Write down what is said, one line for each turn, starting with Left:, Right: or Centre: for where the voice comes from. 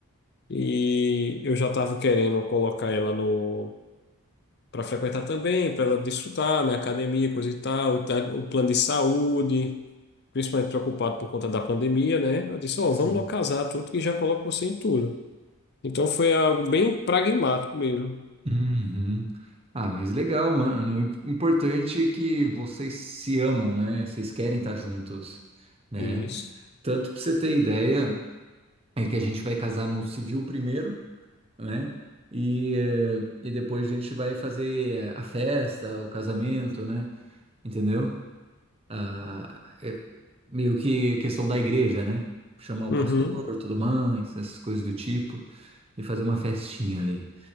Left: e eu já estava querendo colocar ela no para frequentar também, para ela desfrutar, né? Academia, coisa e tal, o ta- o plano de saúde, principalmente preocupado por conta da pandemia, né? Eu disse, ó,
Right: sim.
Left: vamos localizar tudo que já coloco você em tudo. Então foi algo bem pragmático mesmo.
Right: Uhum. Ah, mas legal, mano. O importante é que vocês se amam, né? Vocês querem estar juntos, né?
Left: Isso.
Right: Tanto pra você ter ideia, é que a gente vai casar no civil primeiro. né? E, eh, e depois a gente vai fazer a festa, o casamento, né? Entendeu? Ah, é meio que questão da igreja, né? Chamar o
Left: Uhum.
Right: pastor, tudo mais, essas coisas do tipo, e fazer uma festinha ali.